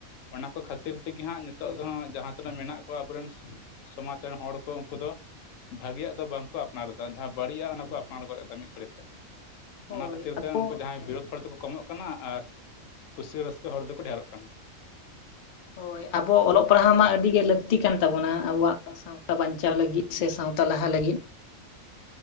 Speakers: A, on the left; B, on the left.
A: ᱚᱱᱟ ᱠᱚ ᱠᱷᱟᱹᱛᱤᱨ ᱛᱮᱜᱮ ᱦᱟᱸᱜ ᱱᱤᱛᱚᱜ
B: ᱦᱳᱭ
A: ᱫᱚᱸᱦ ᱡᱟᱦᱟᱸ ᱛᱤᱱᱟᱹᱜ ᱢᱮᱱᱟᱜ ᱠᱚᱣᱟ ᱟᱵᱚᱨᱮᱱ ᱥᱚᱢᱟᱡᱽ ᱨᱮᱱ ᱦᱚᱲ ᱠᱚ ᱩᱱᱠᱩᱫᱚ ᱵᱷᱟᱹᱜᱤᱭᱟᱜ ᱫᱚ ᱵᱟᱝᱠᱚ ᱟᱯᱱᱟᱨᱮᱫᱟ᱾ ᱡᱟᱦᱟᱸ ᱵᱟᱹᱲᱤᱡᱼᱟᱜ ᱚᱱᱟ ᱠᱚ ᱟᱯᱱᱟᱨ ᱜᱚᱫᱼᱫᱟ ᱢᱤᱫ ᱜᱷᱟᱹᱲᱤᱡ ᱛᱮ᱾
B: ᱦᱳᱭ
A: ᱚᱱᱟ ᱠᱷᱟᱹᱛᱤᱨ
B: ᱟᱵᱚ
A: ᱛᱮ ᱩᱱᱠᱩ ᱡᱟᱦᱟᱸᱭ
B: ᱦᱮᱸ
A: ᱵᱤᱨᱳᱫᱷ ᱦᱚᱲ ᱫᱚᱠᱚ ᱠᱚᱢᱚᱜ ᱠᱟᱱᱟ ᱟᱨ ᱠᱩᱥᱤ ᱨᱟᱹᱥᱠᱟᱹ ᱦᱚᱲ ᱫᱚᱠᱚ ᱰᱷᱮᱨᱚᱜ ᱠᱟᱱᱟ᱾
B: ᱦᱳᱭ ᱟᱵᱚ ᱚᱞᱚᱜ ᱯᱟᱲᱦᱟᱣ ᱢᱟ ᱟᱹᱰᱤᱜᱮ ᱞᱟᱹᱠᱛᱤ ᱠᱟᱱ ᱛᱟᱵᱚᱱᱟ᱾ ᱟᱵᱚᱣᱟᱜ ᱥᱟᱶᱛᱟ ᱵᱟᱧᱪᱟᱣ ᱞᱟᱹᱜᱤᱫ ᱥᱮ ᱥᱟᱶᱛᱟ ᱞᱟᱦᱟ ᱞᱟᱹᱜᱤᱫ,